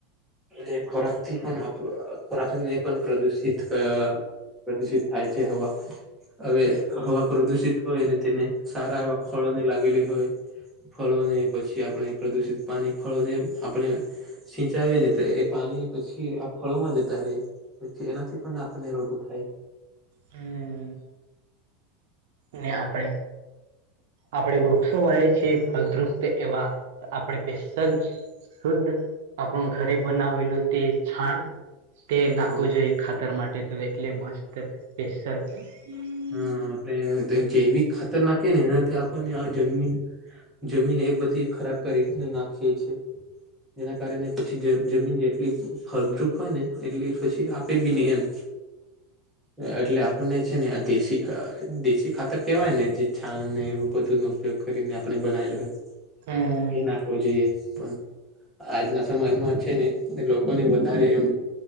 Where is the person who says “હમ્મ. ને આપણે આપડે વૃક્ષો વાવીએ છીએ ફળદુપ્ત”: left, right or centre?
Right